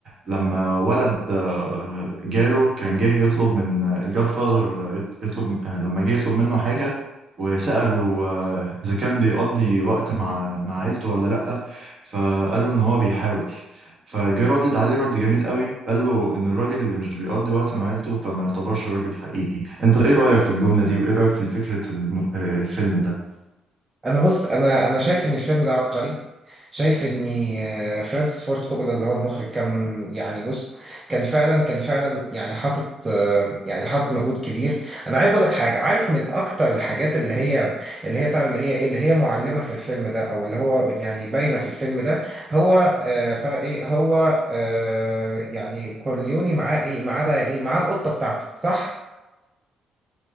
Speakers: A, on the right; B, on the right.
A: لما ولد آه، جاله كان جه يطلب من الجاد فازر يطلب آه، لما جه يطلب منه حاجة وسأله آه، إذا كان بيقضي وقت مع مع عيلته ولا لأ فقال له إن هو بيحاول فجه ردد عليه رد جميل قوي قال له إن الراجل اللي مش بيقضي وقت مع عيلته فما يعتبرش راجل حقيقي أنت إيه رأيك في الجملة دي وإيه رأيك في فكرة الم- آه، الفيلم ده؟
B: انا بص انا انا شايف ان الفيلم ده عبقري شايف ان آه، فرانسيس فورد كوبولا اللي هو المخرج كان يعني بص كان فعلا كان فعلا يعني حاطط آه، يعني حاطط مجهود كبير انا عايز اقول لك حاجه عارف من اكتر الحاجات اللي هي اللي هي بتاع اللي هي ايه اللي هي معلمه في الفيلم ده او اللي هو يعني باينه في الفيلم ده هو آه، بتاع ايه هو آه، يعني كورليوني معاه ايه معاه بقى ايه معاه القطه بتاعته صح